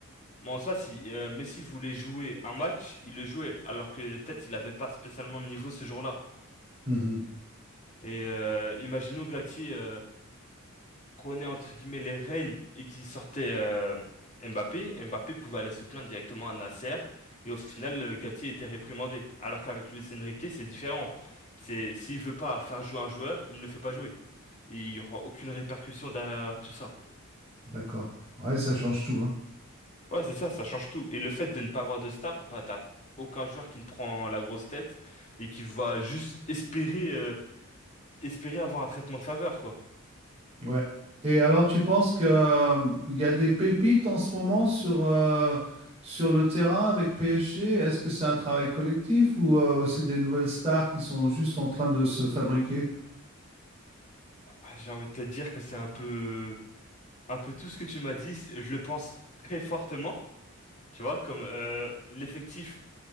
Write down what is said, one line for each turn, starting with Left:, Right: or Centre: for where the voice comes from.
Left: Bon, ça, si euh, Messi voulait jouer un match, il le jouait, alors que peut-être il n'avait pas spécialement le niveau ce jour-là.
Right: Mhm,
Left: Et euh, imaginons Galtier euh, prenait entre guillemets les rênes et qu'il sortait euh, Mbappé. Mbappé pouvait aller se plaindre directement à Nasser et au final, euh, Galtier était réprimandé. Alors qu'avec Luis Enrique, c'est différent. C'est s'il veut pas faire jouer un joueur, il ne le fait pas jouer. Et il n'y aura aucune répercussion derrière tout ça.
Right: d'accord. Ouais, ça change tout, hein.
Left: Ouais, c'est ça, ça change tout. Et le fait de ne pas avoir de star, bah t'as aucun joueur qui ne prend la grosse tête et qui va juste espérer euh, espérer avoir un traitement de faveur, quoi.
Right: Ouais. Et alors, tu penses que euh, il y a des pépites en ce moment sur euh, sur le terrain avec PSG? Est-ce que c'est un travail collectif ou euh, aussi des nouvelles stars qui sont juste en train de se fabriquer?
Left: Ah, J'ai envie de te dire que c'est un peu un peu tout ce que tu m'as dit, c'est- je le pense très fortement, tu vois, comme euh, l'effectif,